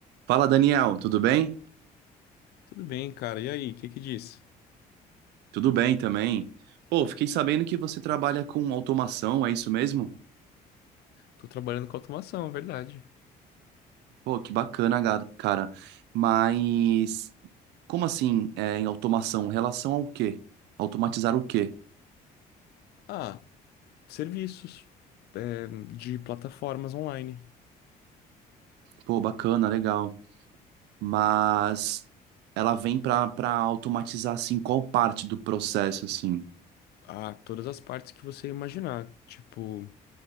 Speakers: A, on the right; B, on the left.
A: Fala, Daniel, tudo bem?
B: Tudo bem, cara. E aí, o que que diz?
A: Tudo bem também. Pô, fiquei sabendo que você trabalha com automação, é isso mesmo?
B: Tô trabalhando com automação, é verdade.
A: Pô, que bacana, ga- cara. Mas como assim, é, em automação? Relação ao quê? Automatizar o quê?
B: Ah, serviços é, de plataformas online.
A: Pô, bacana, legal. mas ela vem para para automatizar assim qual parte do processo assim.
B: Ah, todas as partes que você imaginar. Tipo,